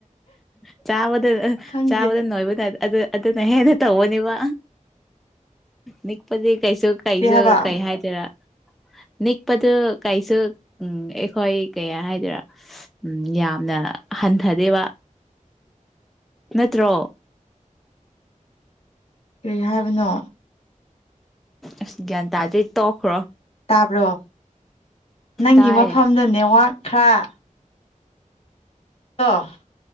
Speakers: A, in the centre; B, on the left (about 45°).
A: ꯆꯥꯕꯗ
B: ꯈꯪꯗꯦ
A: ꯆꯥꯕꯗ ꯅꯣꯏꯕ ꯑꯗꯨ ꯑꯗꯨꯅ ꯍꯦꯟꯅ ꯇꯧꯕꯅꯦꯕ ꯅꯤꯛꯄꯗꯤ ꯀꯩꯁꯨ ꯀꯩꯁꯨ
B: ꯀꯔꯤ ꯍꯥꯏꯕ
A: ꯀꯩ ꯍꯥꯏ ꯔ ꯅꯤꯛꯄꯗꯨ ꯀꯩꯁꯨ ꯎꯝ ꯍꯣꯏ ꯀꯩ ꯍꯥꯏꯗꯣꯏꯔꯥ ꯎꯝ ꯌꯥꯝꯅ ꯍꯟꯊꯗꯦꯕ ꯅꯠꯇ꯭ꯔꯣ
B: ꯀꯔꯤ ꯍꯥꯏꯕꯅꯣ
A: ꯑꯁ ꯒ꯭ꯌꯥꯟ ꯇꯥꯗꯦ ꯇꯣꯛꯈ꯭ꯔꯣ
B: ꯇꯥꯕ꯭ꯔꯣ ꯅꯪꯒꯤ
A: ꯇꯥꯏꯌꯦ
B: ꯃꯐꯝꯗꯣ ꯅꯦꯋꯥꯛ ꯈꯔ <unintelligible>